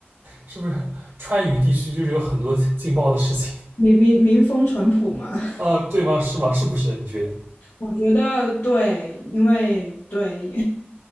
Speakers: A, on the right; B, on the left.
A: 是不是川渝地区就是有很多劲爆的事情？
B: 民民民风淳朴嘛，<laughs>
A: 啊？对吗？是吗？是不是？你觉得？
B: 我觉得对，因为对，